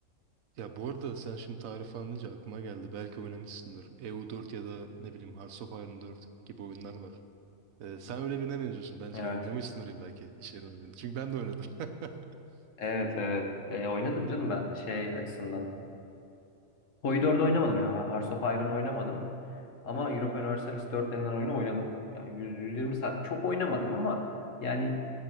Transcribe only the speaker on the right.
Ya bu arada sen şimdi tarih falan deyince aklıma geldi. Belki oynamışsındır. E u 4 ya da ne bileyim Hearts of Iron 4 gibi oyunlar var. Ee, sen öyle birine benziyorsun bence.
Oynamışsındır illa ki iş yerinde beni. Çünkü ben de oynadım. <laughs>